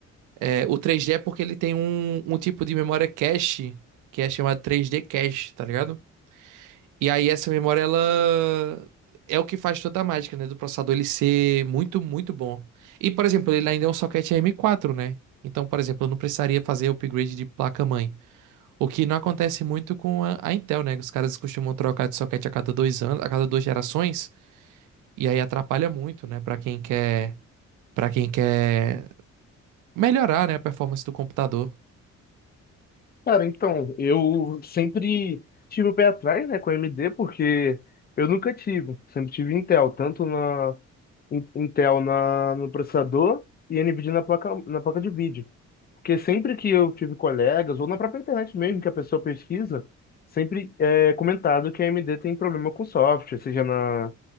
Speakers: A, on the right (about 80°); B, on the left (about 35°).
A: É, o 3D é porque ele tem um, um tipo de memória cache, que é chamado 3D cache, tá ligado? E aí essa memória, ela é o que faz toda a mágica, né? Do processador ele ser muito, muito bom. E, por exemplo, ele ainda é um socket M4, né? Então, por exemplo, eu não precisaria fazer upgrade de placa-mãe. O que não acontece muito com a, a Intel, né? Os caras costumam trocar de socket a cada dois anos, a cada duas gerações, e aí atrapalha muito, né? Pra quem quer, para quem quer melhorar, né, a performance do computador.
B: Cara, então, eu sempre tive o pé atrás, né, com a AMD, porque eu nunca tive. Sempre tive Intel, tanto na In- Intel na, no processador e NVIDIA na placa, na placa de vídeo. Porque sempre que eu tive colegas, ou na própria internet mesmo, que a pessoa pesquisa, sempre é comentado que a AMD tem problema com software, seja na,